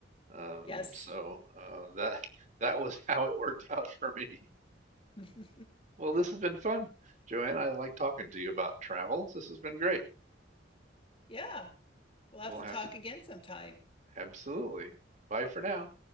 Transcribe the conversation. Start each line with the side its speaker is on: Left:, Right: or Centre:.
Right: Um,
Left: Yes.
Right: so uh, that <laughs> that was how it worked out for me.
Left: <laughs>
Right: Well, this has been fun, Joanne. I like talking to you about travels. This has been great.
Left: Yeah. We'll
Right: We'll
Left: have to
Right: have
Left: talk
Right: to
Left: again sometime.
Right: absolutely. Bye for now.